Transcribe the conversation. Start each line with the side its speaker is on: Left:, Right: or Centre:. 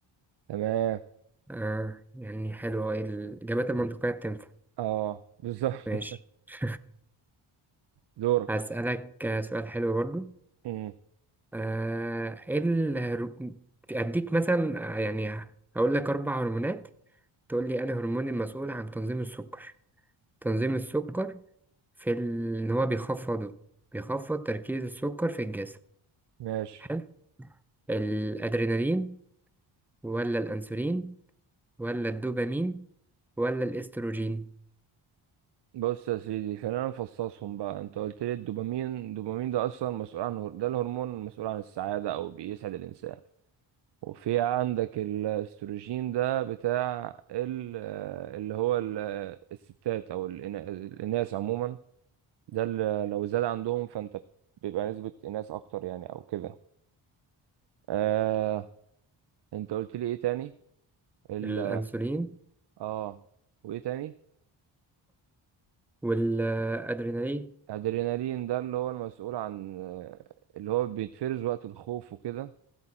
Right: تمام
Centre: آه يعني حلو إيه الإجابات المنطقية بتنفع
Right: اه بالظبط <laughs>
Centre: ماشي <laughs>
Right: دورك
Centre: هسألك آه، سؤال حلو برضو
Right: مم.
Centre: آه إيه الهرو- أديك مثلا آه، يعني هقول لك أربع هرمونات تقول لي أنا هرمون المسؤول عن تنظيم السكر تنظيم السكر في ال... إن هو بيخفضه بيخفض تركيز السكر في الجسم
Right: ماشي
Centre: حلو الأدرينالين ولا الأنسولين ولا الدوبامين ولا الإستروجين
Right: بص يا سيدي خلينا نفصصهم بقى انت قلت لي الدوبامين الدوبامين ده اصلا مسؤول عن هور- ده الهرمون المسؤول عن السعادة او بيسعد الانسان وفي عندك الاستروجين ده بتاع ال- اللي هو ال- الستات او الإنا- الاناث عموما ده اللي لو زاد عندهم فانت بيبقى نسبة ناس اكتر يعني او كده آه انت قلت لي ايه تاني ال
Centre: الأنسولين
Right: اه وايه تاني
Centre: والأدرينالين
Right: والادرينالين ده اللي هو المسؤول عن آه، اللي هو بيتفرز وقت الخوف وكده